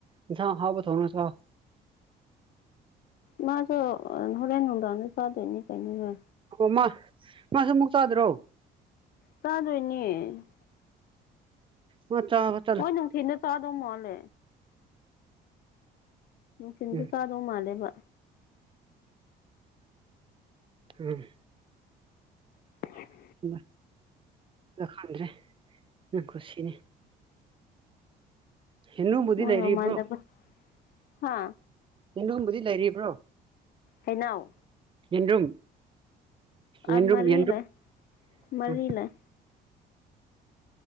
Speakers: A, on the right; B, on the left.
A: ꯏꯟꯁꯥꯡ ꯑꯍꯥꯎꯕ ꯊꯣꯡꯔ ꯆꯥꯎ
B: ꯃꯥꯁꯨ ꯑꯥ ꯍꯣꯔꯦꯟ ꯅꯨꯡꯗꯥꯡꯗ ꯆꯥꯗꯣꯏꯅꯤ ꯀꯩꯅꯣꯅꯦ
A: ꯑꯣ ꯃꯥ ꯃꯥꯁꯨ ꯑꯃꯨꯛ ꯆꯥꯗꯔꯣ
B: ꯆꯥꯗꯣꯏꯅꯦ
A: ꯑꯣ ꯆꯥꯒꯠ__
B: ꯃꯣꯏ ꯅꯨꯡꯊꯤꯟꯗ ꯆꯥꯗꯧ ꯃꯥꯜꯂꯦ ꯅꯨꯡꯊꯤꯟꯗ
A: ꯎꯝ
B: ꯆꯥꯗꯧ ꯃꯥꯜꯂꯦꯕ
A: ꯎꯝ
B: <inaudible>
A: <inaudible> ꯗꯣ ꯈꯥꯡꯗ꯭ꯔꯦ ꯅꯪ ꯈꯨꯁꯤꯅꯤ ꯌꯦꯟꯔꯨꯝꯕꯨꯗꯤ
B: ꯃꯣꯏ
A: ꯂꯩꯔꯤꯕ꯭ꯔꯣ
B: ꯃꯃꯥꯅꯕ ꯍꯥꯥ
A: ꯌꯦꯔꯨꯝꯕꯨꯗꯤ ꯂꯩꯔꯤꯕ꯭ꯔꯣ
B: ꯍꯩꯅꯥꯎ
A: ꯌꯦꯟꯔꯨꯝ
B: ꯑ
A: ꯌꯦꯟꯔꯨꯝ
B: ꯃꯔꯤ
A: ꯌꯦꯟꯔꯨꯝ
B: ꯂꯩ ꯃꯔꯤ
A: ꯎꯝ
B: ꯂꯩ